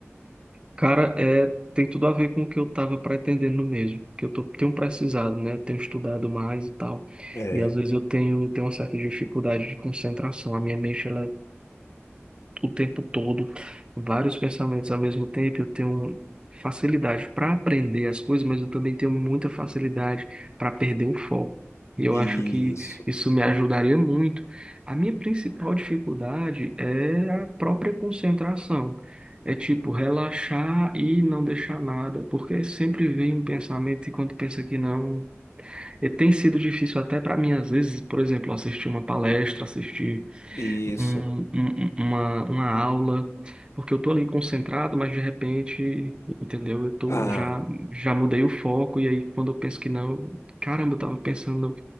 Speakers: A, on the right; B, on the left.
A: cara, é, tem tudo a ver com o que eu estava pretendendo mesmo, que eu tô, tenho precisado, né? Tenho estudado mais e tal.
B: É,
A: E às vezes eu tenho, tenho uma certa dificuldade de concentração. A minha mente, ela o tempo todo, vários pensamentos ao mesmo tempo. Eu tenho facilidade para aprender as coisas, mas eu também tenho muita facilidade para perder o foco. E eu
B: isso,
A: acho que isso me ajudaria muito. A minha principal dificuldade é a própria concentração. É tipo relaxar e não deixar nada, porque sempre vem um pensamento e quando pensa que não, e tem sido difícil até para mim às vezes, por exemplo, assistir uma palestra, assistir
B: isso.
A: um- um- um, uma, uma aula, porque eu tô ali concentrado, mas de repente, entendeu? Eu tô,
B: Ah,
A: já, já mudei o foco, e aí quando eu penso que não, eu- caramba, eu tava pensando